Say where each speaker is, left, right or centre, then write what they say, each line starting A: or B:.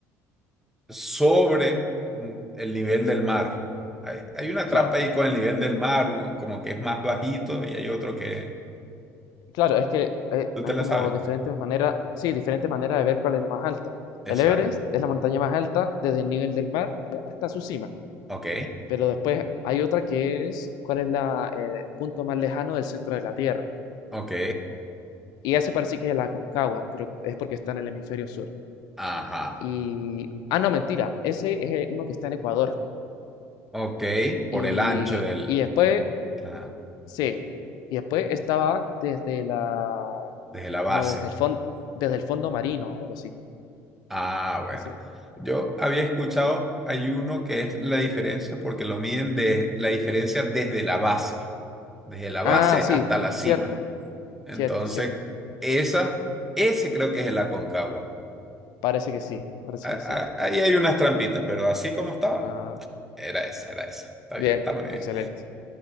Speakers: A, in the centre; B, on the left (about 70°).
A: sobre un- el nivel del mar. Hay, hay una
B: Claro.
A: trampa ahí con el nivel del mar, como que es más bajito y hay otro que...
B: Claro, es que eh,
A: ¿Tú
B: hay
A: te la
B: como
A: sabes?
B: diferentes maneras, sí, diferentes maneras de ver cuál es la más alta. El
A: Exacto.
B: Everest es la montaña más alta desde el nivel del mar hasta su cima,
A: Ok,
B: pero después hay otra que es cuál es la, el punto más lejano del centro de la Tierra.
A: ok,
B: Y ese parece que es la Aconcagua, pero es porque está en el hemisferio sur.
A: ajá,
B: Y, ah, no, mentira, ese es el- uno que está en Ecuador.
A: ok, por
B: Y,
A: el ancho del,
B: y después,
A: la-
B: sí, y después estaba desde la,
A: desde la base.
B: como desde el fondo, desde el fondo marino, algo así.
A: Ah,
B: Entonces,
A: bueno. Yo había escuchado, hay uno que es la diferencia porque lo miden de la diferencia desde la base, desde la
B: ah,
A: base
B: sí,
A: hasta la cima.
B: cierto,
A: Entonces,
B: cierto, cierto.
A: esa, ese creo que es el Aconcagua.
B: Parece que sí, parece
A: A- a-
B: que sí.
A: Ahí hay unas trampitas, pero así como estaba,
B: Ah,
A: era esa, era esa. Está
B: bien,
A: bien, está muy bien.
B: excelente.